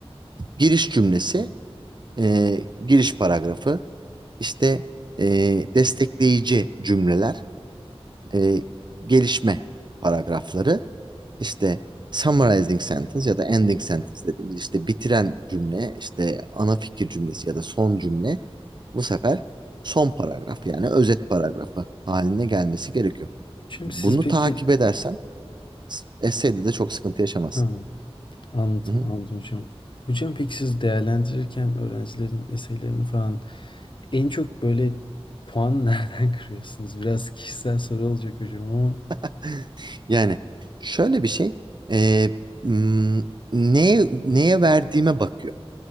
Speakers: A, on the right; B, on the left.
A: giriş cümlesi, eee, giriş paragrafı, işte e, destekleyici cümleler, e, gelişme paragrafları, işte summarizing sentence ya da ending sentence dediğimiz işte bitiren cümle, işte ana fikir cümlesi ya da son cümle bu sefer son paragraf yani özet paragrafı haline gelmesi gerekiyor.
B: Hocam
A: Bunu
B: siz peki
A: takip edersen essay'de de çok sıkıntı yaşamazsın.
B: Ha, anladım
A: Hı hı.
B: anladım hocam. Hocam peki siz değerlendirirken öğrencilerin eseylerini falan en çok böyle puan nereden <laughs> kırıyorsunuz? Biraz kişisel soru olacak hocam ama.
A: <laughs> Yani şöyle bir şey, e, m, neye, neye verdiğime bakıyor.